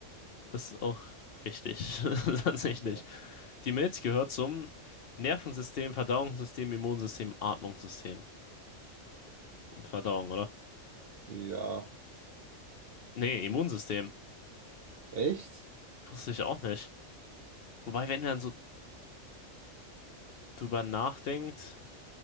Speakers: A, on the left (about 60°); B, on the right (about 60°).
A: ist auch richtig. <laughs> Tatsächlich.
B: Okay.
A: Die Milz gehört zum Nervensystem, Verdauungssystem, Immunsystem, Atmungssystem. Verdauung, oder?
B: Ja.
A: Nee, Immunsystem.
B: Echt?
A: Wusste ich auch nicht. Wobei, wenn man so drüber nachdenkt,